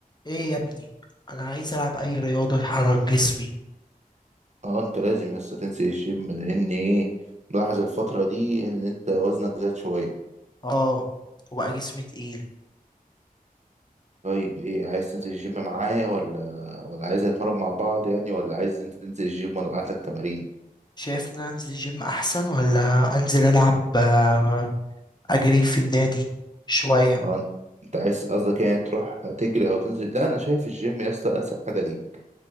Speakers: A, on the left; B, on the right.
A: ايه يا ابني انا عايز العب اي رياضه تحرك جسمي
B: اه انت لازم لسه تنسي الجيم لان ايه ملاحظ الفترة دي ان انت وزنك زاد شوية
A: اه وبقى جسمي تقيل
B: طيب ايه عايز تنزل الجيم معايا ولا ولا عايز نتمرن مع بعض يعني ولا عايز انت تنزل الجيم وانا ابعت لك تمارين
A: شايف ان أنا انزل الجيم احسن ولا انزل العب آه، اجري في النادي شويه
B: اه انت أنت عايز قصدك يعني تروح تجري او تنزل لا انا شايف الجيم يا اسطى انسب حاجة ليك